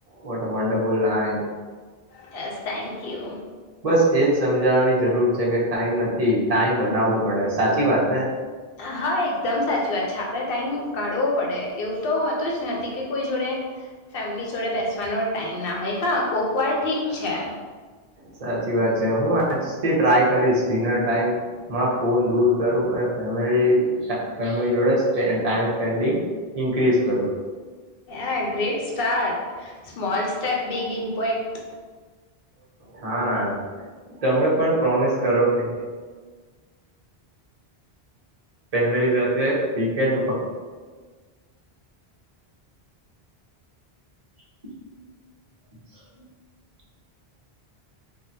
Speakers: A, on the right; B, on the left.
A: વાટ વંડરફુલ લાઇન.
B: બસ થેન્ક યુ.
A: બસ એજ સમજાવાની જરૂર છે કે ટાઈમ નથી ટાઈમ બનાવવો પડે સાચી વાત ને.
B: હા એકદમ. સાચી વાત છે આપડે ટાઈમ કાઢવો પડે એવું. તો હોતું જ કે કોઈ જોડે ફેમલી જોડે બેસવાનો ટાઈમ ના હોય હા કોક વાર ઠીક છે.
A: સાચી વાત છે. હું આજથી ટ્રાય કરીશ ડિનર ટાઈમમાં ફોન દૂર કરું અને ફેમલી ફેમિલી જોડે ટાઈમ સ્પેન્ડિંગ ઇન્ક્રીઝ કરું.
B: એ great. Start. Small start big impact.
A: હા તમે પણ પ્રોમિસ કરો કે ફેમલી જાતે વીકન્ડ <inaudible>